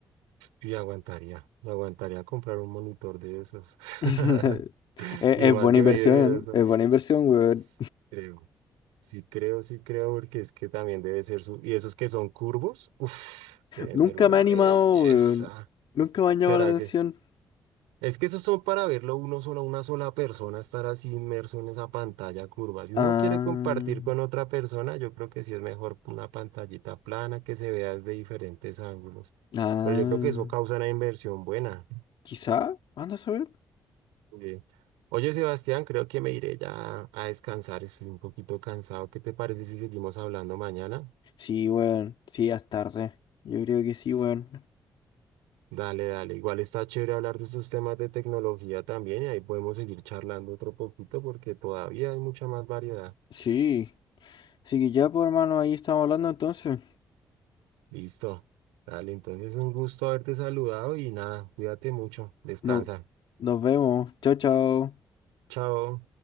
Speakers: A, on the right; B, on the left.
A: Y aguantaría, aguantaría comprar un monitor de esos.
B: <laughs>
A: <laughs>
B: Es,
A: Y
B: es
A: más
B: buena
A: que
B: inversión,
A: me dice eso,
B: es buena inversión, weón.
A: S- creo. Sí creo, sí creo, porque es que también debe ser su... Y esos que son curvos, uff, deben
B: Nunca
A: ser una
B: me ha animado,
A: belleza.
B: weón. Nunca me ha llamado
A: ¿Será
B: la atención.
A: que? Es que esos son para verlo uno solo, una sola persona estar así inmerso en esa pantalla curva. Si uno
B: Ah,
A: quiere compartir con otra persona, yo creo que sí es mejor una pantallita plana que se vea desde diferentes ángulos.
B: ah,
A: Pero yo creo que eso causa una inversión buena.
B: quizá, anda a saber.
A: Sí. Oye, Sebastián, creo que me iré ya a descansar. Estoy un poquito cansado. ¿Qué te parece si seguimos hablando mañana?
B: Sí, weón, sí, ya es tarde. Yo creo que sí, weón.
A: Dale, dale. Igual está chévere hablar de estos temas de tecnología también y ahí podemos seguir charlando otro poquito porque todavía hay mucha más variedad.
B: Sí, así que ya, pues hermano, ahí estamos hablando entonces.
A: Listo. Dale, entonces un gusto haberte saludado y nada, cuídate mucho. Descansa.
B: Nos, nos vemos. Chao, chao.
A: Chao.